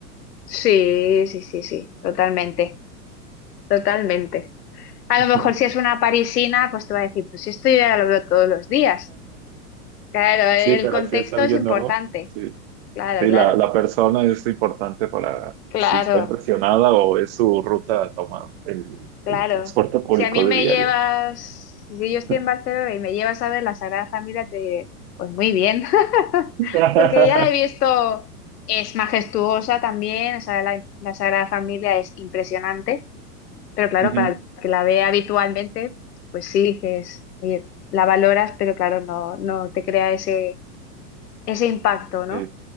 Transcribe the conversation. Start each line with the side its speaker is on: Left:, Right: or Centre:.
Left: Sí, sí, sí, sí, totalmente, totalmente. A
Right: <laughs>
Left: lo mejor si es una parisina, pues te va a decir, pues esto yo ya lo veo todos los días. Claro, el
Right: Sí, pero
Left: contexto
Right: si es alguien
Left: es importante.
Right: nuevo, sí.
Left: Claro,
Right: Sí,
Left: claro,
Right: la, la persona es importante para
Left: claro,
Right: si está impresionada o es su ruta a tomar el,
Left: claro.
Right: el transporte público
Left: Si a mí me
Right: de diario,
Left: llevas, si yo estoy
Right: ¿no?
Left: en Barcelona y me llevas a ver la Sagrada Familia, te diré, pues muy bien, <laughs>
Right: <laughs>
Left: porque ya la he visto, es majestuosa también, o sea, la la Sagrada Familia es impresionante. Pero claro,
Right: Ujú.
Left: para el que la ve habitualmente, pues sí dices, oye, la valoras, pero claro, no, no te crea ese, ese impacto, ¿no?
Right: Sí.